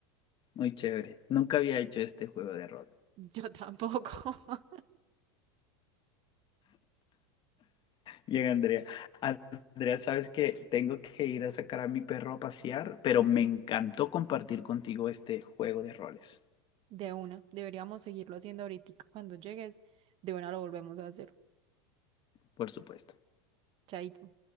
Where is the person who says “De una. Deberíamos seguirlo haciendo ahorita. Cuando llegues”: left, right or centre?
Right